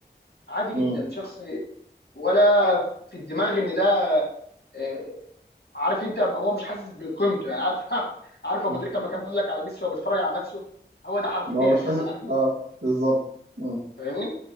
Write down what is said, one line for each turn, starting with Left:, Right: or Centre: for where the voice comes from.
Left: عادي جدا
Right: مم.
Left: شخص ولا في الدماغ ان ده آه، عارف انت هو مش حاسس بقيمته يعني عارف <laughs> عارف ابو
Right: مم.
Left: تريكه لما كان بيقول لك على ميسي وهو بيتفرج على نفسه هو ده حرفيا
Right: ان هو مش
Left: يعني
Right: حاسس
Left: عارف انت؟
Right: اه بالظبط مم.
Left: فاهمني